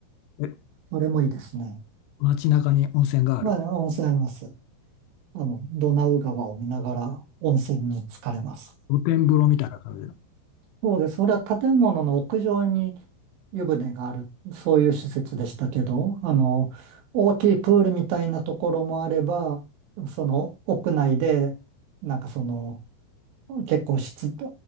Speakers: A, on the left; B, on the right.
A: え
B: それもいいですね。
A: 街中に温泉がある。
B: まあ、温泉あります。あの、ドナウ川を見ながら温泉に浸かれます。
A: 露天風呂みたいな感じの。
B: そうです。それは建物の屋上に湯船がある、そういう施設でしたけど、あの、大きいプールみたいなところもあれば、その屋内で、なんかその、結構湿、